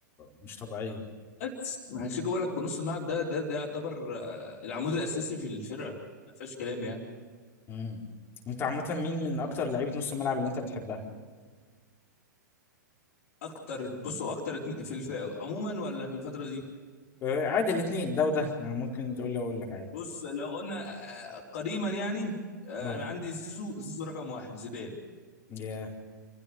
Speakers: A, on the left; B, on the left.
A: مش طبيعية
B: بس ما هنشيك اقول لك نص الملعب ده ده ده يعتبر آه، العمود الاساسي في الفرقه ما فيهاش كلام يعني
A: امم انت عامة مين من اكتر لعيبة نص الملعب اللي انت بتحبها؟
B: اكتر بصوا اكتر اتنين- في الف... عموما ولا في الفتره دي
A: آه، عادي الاثنين ده وده يعني ممكن تقول لي اقول لك عادي
B: بص لو قلنا آه، قديما يعني آه،
A: اه
B: انا عندي زيزو زيزو رقم واحد زيدان
A: يا